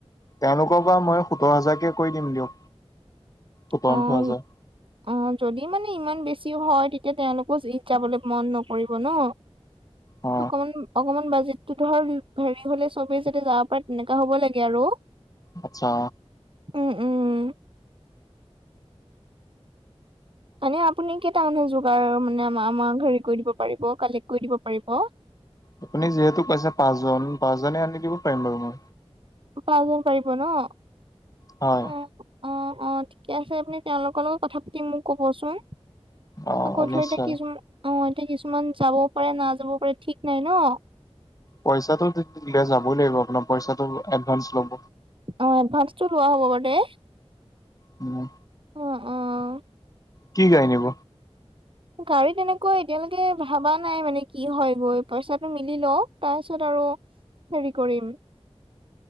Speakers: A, on the left; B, on the right.
A: তেওঁলোকৰ পৰা মই সোতৰ হাজাৰকে কৰি দিম দিয়ক। সোতৰ-ওঠৰ
B: অ'
A: হাজাৰ!
B: অ', যদি মানে ইমান বেছিও হয় তেতিয়া তেওঁলোকো ঈদ যাবলৈ মন নকৰিব ন!
A: অ
B: অকমান, অকমান বাজে তটো <unintelligible> ধৰ হেৰি হ'লে চবেই যদি যাতে যাব পাৰে তেনেকুৱা হ'ব লাগে আৰু।
A: আচ্ছা!
B: উম, উম। মানে আপুনি কেইটা মানুহ যোগাৰ মানে আ আমাৰ হেৰি কৰি দিব পাৰিব কালেক্ কৰি দিব পাৰিব?
A: আপুনি যিহেতু কৈছে পাঁচজন, পাঁচজনে আনি দিব পাৰিম বাৰু মই।
B: <unintelligible>
A: হয়।
B: অ', অ', অ', ঠিকে আছে। আপুনি তেওঁলোকৰ লগত কথা পাতি মোক ক'বচোন।
A: অ
B: আকৌ ধৰ
A: নিশ্চয়
B: এতিয়া কিছুমান অ', এতিয়া কিছুমান যাবও পাৰে নাযাব পাৰে, ঠিক নাই ন!
A: পইচাটো দিলে যাবই লাগিব আপোনাৰ পইচাটো এডভান্স ল'ব।
B: অ' এডভান্সটো লোৱা হ'ব বাৰু দেই!
A: উম।
B: অ', অ'।
A: কি গাড়ী নিব?
B: গাড়ী তেনেকুৱা এতিয়ালৈকে ভবা নাই মানে কি হয় গৈ, পইচাটো মিলি লওক তাৰ পিছত আৰু হেৰি কৰিম